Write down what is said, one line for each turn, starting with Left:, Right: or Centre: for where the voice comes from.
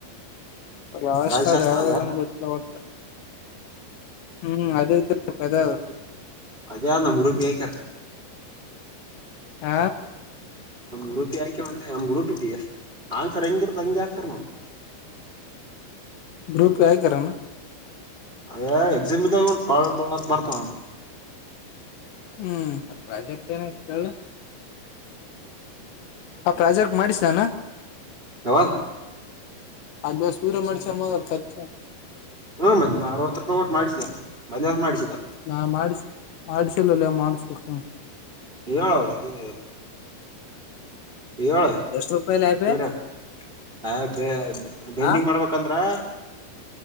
Left: ಲಾಸ್ಟ್
Right: ರಾಜಶಾಸ್ತ್ರ
Left: ಹ ದವದಾನ
Right: ಅದ
Left: ಗತ್ತಲ ಒತ ಹ್ಮ್ ಅದದು ಕದ
Right: ಅದ ಯಾರ ನಮ್ಮ ಗ್ರೂಪ್ ಗೆ ಯಾಕಿಯಾನ್
Left: ಆ
Right: ನಮ್ ಗ್ರೂಪ್ಗೆ ಯಾಕೆ ಒಂದೆ ನಮ್ ಗ್ರೂಪ್ ಇದೀಯ ಆನ್ಸರ್ ಹೆಂಗಿರ್ದ ಹಂಗೆ ಆಗ್ತಾರ ನಾವು <inaudible>
Left: ಗ್ರೂಪ್ ಆಕೆಯನ್ನು
Right: ಅದೇ ಎಕ್ಸಾಮ್ ಇದ್ದಾ ಪಳ ಅಂತ ಬರ್ತಾವ
Left: ಹ್ಮ್ ಅದ ಪ್ರಾಜೆಕ್ಟ್ ಏನಾಗತಲ್ಲ ಹ ಪ್ರಾಜೆಕ್ಟ್ ಮಾಡಿಸಾನ
Right: ಹೌದ
Left: ಆದ್ ಬ ಸೂರಮಸ ಅಮ ಚರ್
Right: ಹ್ಮ ಮ್ ಅರವತ್ತು ರೂಪಾಯಿ ಒಟ್ಟು ಮಾಡಿಸಿದ ಮಧ್ಯಾಹ್ ಮಾಡಿಸಿದ
Left: ನಾ ಮಾಡ ಮಾಡಸಿಲ್ಲಲ್ಲಯ ಮಾಡಸ್ಬೇಕು
Right: ಹೇಳು ಅವನಿಗೆ ಏಳು
Left: ಎಷ್ಟ ರೂಪಾಯಿ ಲಾಭ
Right: ಸೂರ್ಯ ಆ ಬೈಂಡಿಂಗ್
Left: ಆ
Right: ಮಾಡ್ಬೇಕಂದ್ರೆ